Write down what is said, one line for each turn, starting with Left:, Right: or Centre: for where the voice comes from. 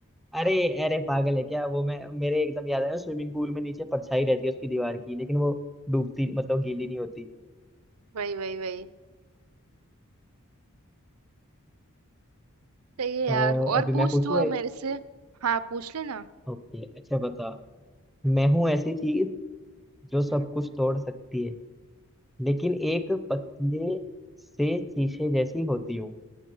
Centre: अरे अरे पागल है क्या वो मैं मेरे एकदम याद आया स्विमिंग पूल में नीचे परछाई रहती है उसकी दीवार की लेकिन वो डूबती मतलब गीली नहीं होती
Right: वही वही वही सही है यार
Centre: अ,
Right: और
Centre: अभी
Right: पूछ
Centre: मैं पूछूं
Right: तू अब
Centre: एक
Right: मेरे से हाँ पूछ लेना
Centre: ओके अच्छा बता मैं हूँ ऐसी चीज जो सब
Right: हम्म,
Centre: कुछ
Right: हम्म।
Centre: तोड़ सकती है लेकिन एक पतले से शीशे जैसी होती हूँ